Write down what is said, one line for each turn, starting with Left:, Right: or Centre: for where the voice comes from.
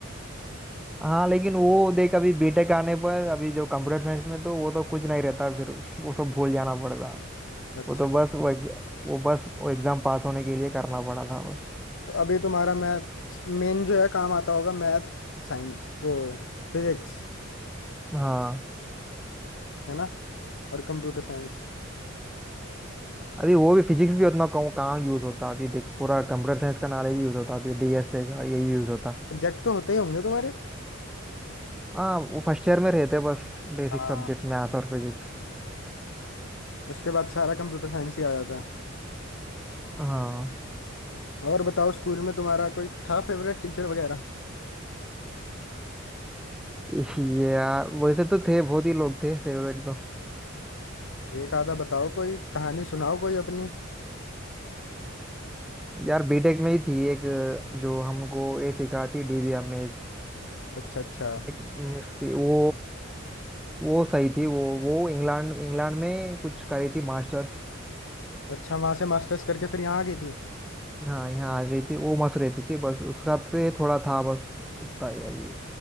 Centre: हाँ लेकिन वो देख अभी बीटेक आने पर अभी जो कंप्यूटर साइंस में तो वो तो कुछ नहीं रहता फिर वो सब भूल जाना पड़ता
Left: अच्छा
Centre: वो तो बस वो एग्ज- वो बस वो एग्जाम पास होने के लिए करना पड़ा था बस
Left: तो अभी तुम्हारा मैथ मेन जो है काम आता होगा मैथ साइंस वो फिजिक्स
Centre: हाँ
Left: है ना और कंप्यूटर साइंस
Centre: अभी वो भी फिजिक्स भी उतना कम कहाँ यूज होता अभी देख पूरा कंप्यूटर साइंस का नॉलेज यूज होता अभी डीएसए का यही यूज होता
Left: सब्जेक्ट तो होते ही होंगे तुम्हारे
Centre: हाँ वो फर्स्ट ईयर में रहते बस बेसिक
Left: हाँ
Centre: सब्जेक्ट मैथ्स और फिजिक्स
Left: उसके बाद सारा कंप्यूटर साइंस ही आ जाता है
Centre: हाँ
Left: और बताओ स्कूल में तुम्हारा कोई था फेवरेट टीचर वगैरह
Centre: <laughs> ये यार वैसे तो थे बहुत ही लोग थे फेवरेट तो
Left: एक आधा बताओ कोई कहानी सुनाओ कोई अपनी
Centre: यार बीटेक में ही थी एक जो हमको ये सिखाती थी डीबीएमएस
Left: अच्छा अच्छा
Centre: एक मिस्टी वो वो सही थी वो वो इंग्लैंड इंग्लैंड में कुछ करी थी मास्टर्स
Left: अच्छा वहां से मास्टर्स करके फिर यहाँ आ गई थी
Centre: हाँ यहाँ आ गई थी वो मस्त रहती थी बस उसका से थोड़ा था बस उतना ही। यार ये